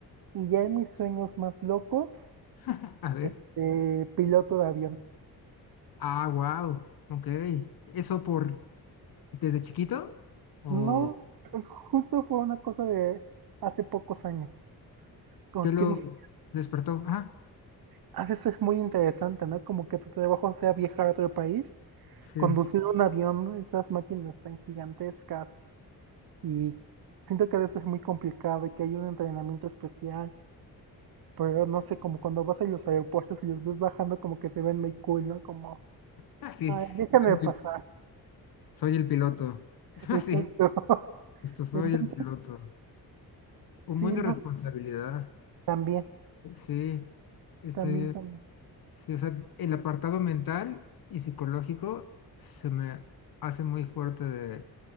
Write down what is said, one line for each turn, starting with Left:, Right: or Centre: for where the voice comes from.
Right: y ya en mis sueños más locos,
Left: <laughs> A ver.
Right: este, piloto de avión.
Left: Ah, wow, ok. ¿Eso por desde chiquito? ¿O
Right: No, pues, justo fue una cosa de hace pocos años. Como
Left: qué lo
Right: que dije,
Left: despertó? Ah,
Right: a veces es muy interesante, ¿no? Como que tu trabajo sea viajar a otro país,
Left: sí.
Right: conducir un avión, esas máquinas tan gigantescas. Y siento que a veces es muy complicado y que hay un entrenamiento especial Pero no sé, como cuando vas a los aeropuertos y los ves bajando, como que se ven muy cool, ¿no? Como,
Left: Ah, sí,
Right: ay,
Left: sí,
Right: déjame
Left: soy
Right: pasar.
Left: soy el piloto. <laughs> Ah,
Right: Exacto.
Left: sí,
Right: <laughs>
Left: justo soy el
Right: Entonces,
Left: piloto.
Right: sí,
Left: Un buen de
Right: nos,
Left: responsabilidad.
Right: también,
Left: Sí, estoy,
Right: también, también.
Left: sí, o sea, el apartado mental y psicológico se me hace muy fuerte de